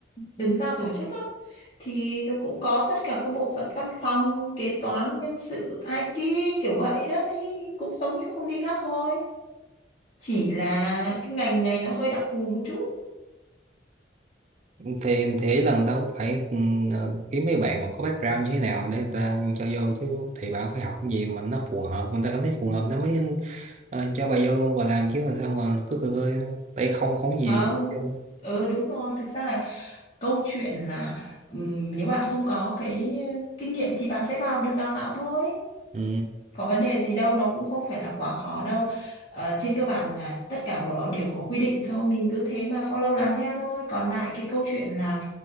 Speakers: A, on the left; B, on the right.
A: đứng ra tổ chức á, thì nó cũng có tất cả các bộ phận văn phòng, kế toán, nhân sự, IT kiểu vậy đó thì cũng giống như các công ty khác thôi. Chỉ là cái ngành này nó hơi đặc thù một chút.
B: thì thế là người ta cũng phải ừ, kiếm mấy bạn mà có background như thế nào để người ta cho vô chứ thì bà cũng phải học cái gì mà nó phù hợp người ta cảm thấy phù hợp nó mới ờ, cho bà vô và làm chứ là sao mà cứ khơi khơi tay không không gì
A: Không.
B: hết trơn.
A: Ừ đúng rồi, thực ra là câu chuyện là ừm, nếu bạn không có cái kinh nghiệm thì bạn sẽ vào được đào tạo thôi
B: ừ
A: có vấn đề gì đâu nó cũng không phải là quá khó đâu ờ, trên cơ bản là tất cả nó đó đều có quy định thôi mình cứ thế mà follow làm theo thôi còn lại cái câu chuyện là